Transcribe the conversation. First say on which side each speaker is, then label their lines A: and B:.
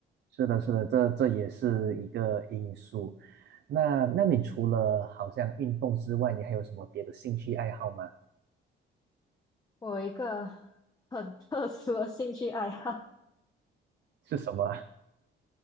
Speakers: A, on the right; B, on the left.
A: 是的，是的，这这也是一个因素。那那你除了好像运动之外，你还有什么别的兴趣爱好吗？
B: 我有一个很特殊的兴趣爱好，
A: 是什么啊？